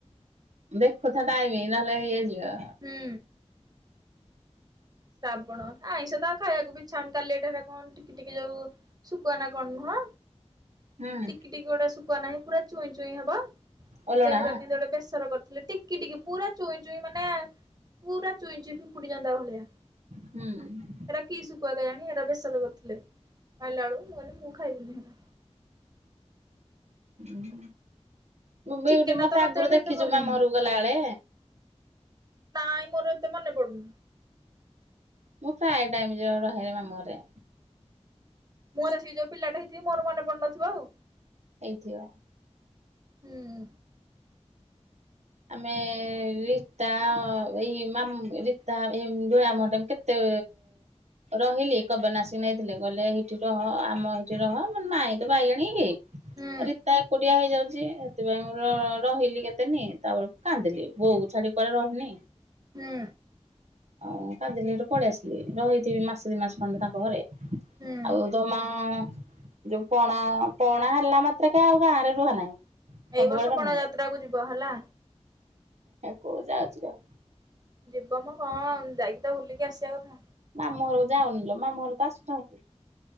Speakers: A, on the right (about 75°); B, on the right (about 35°).
A: ଦେଖୁତା ଟାଇମି ନହେଲେ ଇଏ ଯିବ।
B: ହୁଁ। ଶ୍ରାବଣ ଆଇଁଷ ତ ଆଉ ଖାଇବାକୁ ବି ଇଚ୍ଛା ହଉନି କାଲି ହେଇଟା କଣ ଟିକି ଟିକି ଯୋଉ ଶୁକୁଆ ନା କଣ ନୁହଁ।
A: ହୁଁ
B: ଟିକି ଟିକି ଗୋଟେ ଶୁଖୁଆ ନାହିଁ ପୁରା ଚୁଇଁ ଚୁଇଁ ହବ
A: ଓଲଣା
B: ସେଗୁଡା କେମିତି ଗୋଟେ ବେସର କରିଥିଲେ ଟି ଟିକି ଟିକି ପୁରା ଚୁଇଁ ଚୁଇଁ ମାନେ ପୁରା ଚୁଇଁ ଚୁଇଁ ପିମ୍ପୁଡି, ଜନ୍ଦା ଭଳିଆ।
A: ହୁଁ।
B: ହେରା କି ଶୁଖୁଆ କେଜାଣି ହେରା ବେସର କରିଥିଲେ ଆଇଲା ବେଳୁ ମୁଁ କହିଲି ମୁଁ ଖାଇବିନି ହେରା।
A: ହୁଁ। ମୁଁ ବିୟୁଟି
B: ଚିକେନ
A: ମତେ
B: ତ
A: ଆଗରୁ
B: ଏଠି
A: ଦେଖିଚୁ
B: ଏତେ ଭଲ
A: ମାମୁଁ
B: ନୁହଁ।
A: ଘରୁକୁ ଗଲାବେଳେ।
B: ନାଇଁ ମୋର ଏତେ ମନେ ପଡୁନି।
A: ମୁଁ ପ୍ରାୟ ଟାଇମ୍ ଯୋଉ ରହେ ମାମୁଁ ଘରେ।
B: ମୁଁ <unintelligible> ଯୋଉ ପିଲାଟା ହେଇଥିବ ମୋର ମନେ ପଡୁନଥିବ ଆଉ।
A: ଏଇଥିବ।
B: ହୁଁ ଉଁ।
A: ଆମେ ରୀତା ଅ ଏଇ ମାମ୍ ରୀତା ଏଇ <inaudible> ମଣ୍ଡମ କେତ୍ ତେ ରହିଲି କବେ ନାଶି ନେଇଥିଲେ କହିଲେ ଏଇଠି ରହ ଆମ ଏଇଠି ରହ ମାନେ ମାଇଁ ତ ବାଇଗଣୀ କି ଆଉ
B: ହୁଁ
A: ରୀତା ଏକୁଟିଆ ହେଇଯାଉଚି ସେଥିପାଇଁ ମୁଁ ର ରହିଲି କେତେନି। ତାପରେ ମୁଁ କାନ୍ଦିଲି ବୋଉକୁ ଛାଡି କୁଆଡେ ରହିନି।
B: ହୁଁ।
A: ଆଉ କାନ୍ଦିଲି ସେଠୁ ପଳେଇ ଆସିଲି ରହିଥିବି ମାସେ ଦି ମାସ ଖଣ୍ଡେ ତାଙ୍କ ଘରେ।
B: ହୁଁ।
A: ଆଉ ଯୋଉ ମାଁ ଯୋଉ ପଣା ପଣା ହେଲା ମାତ୍ରକେ ଆଉ ଗାଁ ରେ ରୁହା ନାହିଁ। ସବୁବେଳେ
B: ଏଇ ବର୍ଷ ପଣା
A: ମାମୁଁ
B: ଯାତ୍ରା କୁ ଯିବ ହେଲା।
A: କୋଉ ଯାଉଚି ଆଉ।
B: ଯିବ ମଁ କଣ ଯାଇକି ତ ବୁଲିକି ଆସିବା କଥା।
A: ମାମୁଁ ଘରକୁ ଯାଉନି ଲୋ ମାମୁଁ ଘର ତ ଆସୁନାହାନ୍ତି।